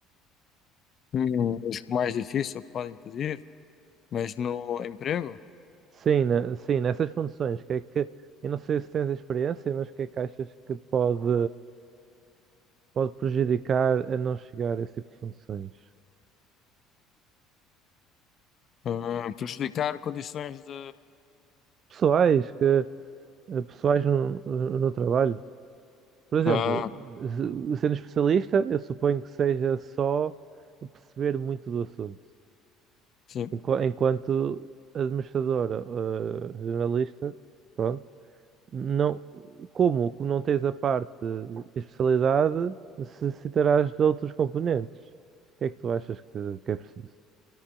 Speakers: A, on the left (about 40°); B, on the right (about 40°).
A: Hum, Os que o mais difícil podem pedir, mas no emprego,
B: Sim, na- sim, nessas funções, que é que, eu não sei se tens experiência, mas o que é que achas que pode, pode prejudicar a não chegar a esse tipo de funções?
A: ah, prejudicar condições de.
B: Pessoais, que, eh, pessoais no, no no trabalho. Por exemplo,
A: Ah,
B: se- sendo especialista, eu suponho que seja só perceber muito do assunto.
A: sim.
B: Enqu- Enquanto administradora, eh, jornalista, pronto, Não, como? Como não tens a parte de especialidade, necessitarás de outros componentes. O que é que tu achas que, que é preciso?